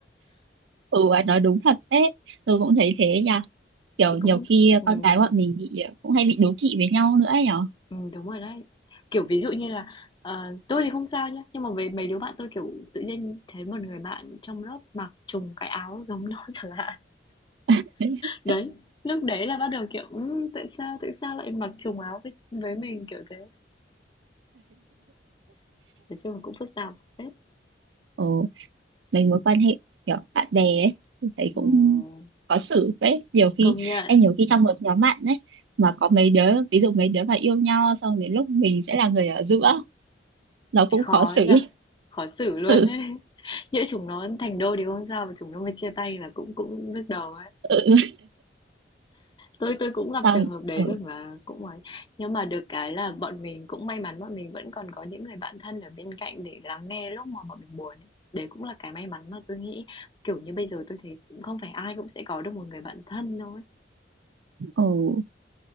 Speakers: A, on the right; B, on the left.
A: ừ bà nói đúng thật đấy, tôi cũng thấy thế nha. Kiểu
B: Thì
A: nhiều
B: cũng
A: khi ờ,
B: ừm,
A: con cái bọn mình bị ờ, cũng hay bị đố kỵ với nhau nữa ấy nhở.
B: Ừm, đúng rồi đấy. Kiểu, ví dụ như là, ờ, tôi thì không sao nhá, nhưng mà với mấy đứa bạn tôi, kiểu, tự nhiên thấy một người bạn trong lớp mặc trùng cái áo giống nó <laughs> chẳng hạn.
A: <laughs>
B: Đấy, lúc đấy là bắt đầu, kiểu, ừm, tại sao tại sao lại mặc trùng áo với với mình, kiểu thế. Nói chung là cũng phức tạp phết.
A: Ừ, mình mối quan hệ kiểu bạn bè ấy, tôi thấy
B: Ừm,
A: cũng có xử đấy. Nhiều khi,
B: công nhận,
A: em nhiều khi trong một nhóm bạn ấy mà có mấy đứa, ví dụ mấy đứa mà yêu nhau xong đến lúc mình sẽ là người ở giữa, nó cũng
B: khó
A: khó xử.
B: ấy nhỉ,
A: <laughs>
B: khó xử luôn
A: Ừ,
B: ấy. <laughs> Nhỡ chúng nó thành đôi thì không sao, mà chúng nó mà chia tay là cũng cũng nhức đầu ấy.
A: ừ,
B: Tôi tôi cũng gặp
A: xong,
B: trường hợp đấy
A: ừ.
B: rồi mà cũng ấy. Nhưng mà được cái là bọn mình cũng may mắn bọn mình vẫn còn có những người bạn thân ở bên cạnh để lắng nghe lúc mà bọn mình buồn ấy. Đấy cũng là cái may mắn mà tôi nghĩ kiểu như bây giờ tôi thấy cũng không phải ai cũng sẽ có được một người bạn thân đâu ấy.
A: Ừ.